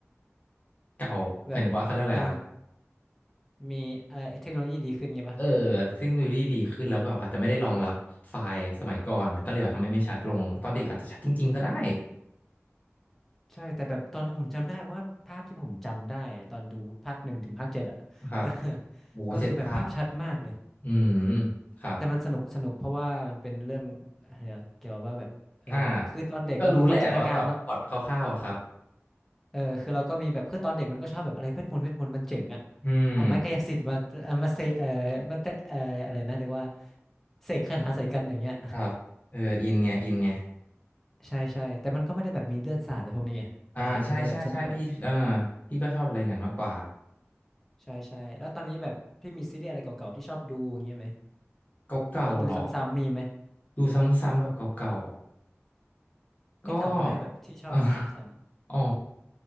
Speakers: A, on the left; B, in the centre.
A: เก่าหมายถึงว่าเขาเรียกอะไรอะ
B: แบบเออมีเออเทคโนโลยีดีขึ้นไงปะ
A: เออเทคโนโลยีดีขึ้นแล้วแบบอาจจะไม่ได้รองรับไฟล์สมัยก่อนก็เลยแบบทำให้ไม่ชัดลงตอนเด็กอาจจะชัดจริงๆก็ได้
B: ใช่ แต่แบบตอนนั้นผมจำได้ว่าภาพที่ผมจำได้ตอนดูภาคหนึ่งถึงภาคเจ็ดอะ
A: นะครับ
B: <laughs>
A: โอ้โหเจ็ดภาค
B: ก็คือแบบภาพชัดมากเลย
A: อืมครับ
B: แต่มันสนุกสนุกเพราะว่ามันเป็นเรื่องเอ่อเกี่ยวกับว่าแบบเออคือตอนเด็กเรามีความจินตนาการเนาะ
A: อ่าพี่ก็รู้แหละว่าแบบพล็อตคร่าวๆอะครับ
B: เออคือเราก็มีแบบคือตอนเด็กมันก็ชอบแบบอะไรเวทมนต์เวทมนต์มันเจ๋งอะ
A: อืม
B: เอาไม้กายสิทธิ์มาเอามาเซเออมาเตเอออะไรนะเรียกว่าเสกคาถาใส่กันอย่างเงี้ย
A: ครับเอออินไงอินไง
B: ใช่ใช่แต่มันก็ไม่ได้แบบมีเลือดสาดเลยพวกนี้ไงตอนเด็กมันก็เลยแบบสนุก
A: อ่าใช่ใช่ใช่พี่เออพี่ก็ชอบอะไรอย่างนั้นมากกว่า
B: ใช่ใช่แล้วตอนนี้แบบพี่มีซีรีส์อะไรเก่าๆที่ชอบดูอย่างเงี้ยไหม
A: เก่าๆหรอ
B: หรือว่าดูซ้ำๆมีไหม
A: ดูซ้ำๆแบบเก่าๆก็
B: ไม่เก่าก็ได้แบบที่ชอบดูซ้
A: <laughs> เอออ๋อ